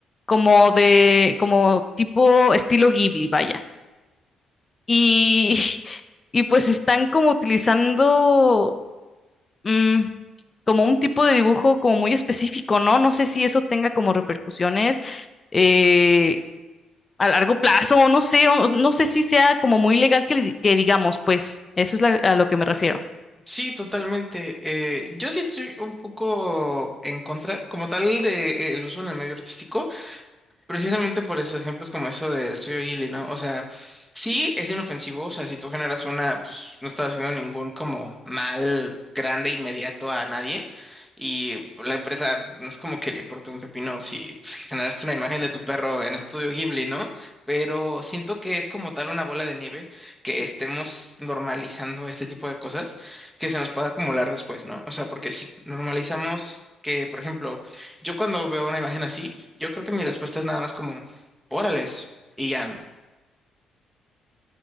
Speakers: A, on the left; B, in the centre.
A: como de, como tipo estilo Ghibli, vaya. Y, <laughs> y pues están como utilizando mm, como un tipo de dibujo como muy específico, ¿no? No sé si eso tenga como repercusiones. eh, a largo plazo, no sé, o- no sé si sea como muy legal que, li- que digamos, pues eso es la- a lo que me refiero.
B: Sí, totalmente. Eh, yo sí estoy un poco en contra, como tal, de, eh, el uso en el medio artístico. Precisamente por esos ejemplos como eso del estudio Ghibli, ¿no? O sea, sí es inofensivo, o sea, si tú generas una, pues no estás haciendo ningún como mal grande inmediato a nadie y la empresa no es como que le importe un pepino si pues, si generaste una imagen de tu perro en estudio Ghibli, ¿no? Pero siento que es como tal una bola de nieve que estemos normalizando este tipo de cosas que se nos pueda acumular después, ¿no? O sea, porque si normalizamos que, por ejemplo, yo cuando veo una imagen así, yo creo que mi respuesta es nada más como, órales, y ya,